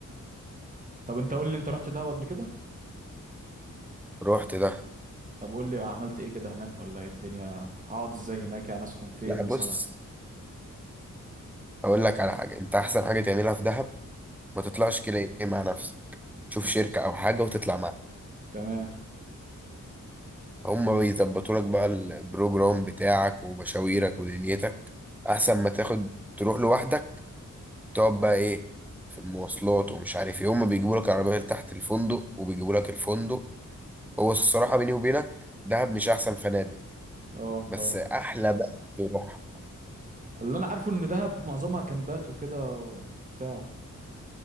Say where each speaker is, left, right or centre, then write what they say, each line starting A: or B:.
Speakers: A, on the right; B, in the centre.
A: طب انت قول لي انت رحت دهب قبل كده
B: رحت ده
A: طب قول لي عملت ايه كده هناك ولا ايه الدنيا هقعد ازاي هناك يعني اسكن فين
B: لا
A: مثلا
B: بص اقول لك على حاجه انت احسن حاجه تعملها في دهب ما تطلعش كده ايه مع نفسك تشوف
A: ماشي
B: شركه او حاجه وتطلع
A: تمام
B: هم بيظبطوا لك بقى البروجرام بتاعك ومشاويرك ودنيتك احسن ما تاخد تروح لوحدك تقعد بقى ايه في المواصلات ومش عارف ايه هم بيجيبوا لك العربيه لتحت الفندق وبيجيبوا لك الفندق هو الصراحه بيني وبينك دهب مش احسن فنادق
A: اه
B: بس
A: اه
B: احلى بقى تروح
A: اللي انا عارفه ان دهب معظمها كامبات وكده وبتاع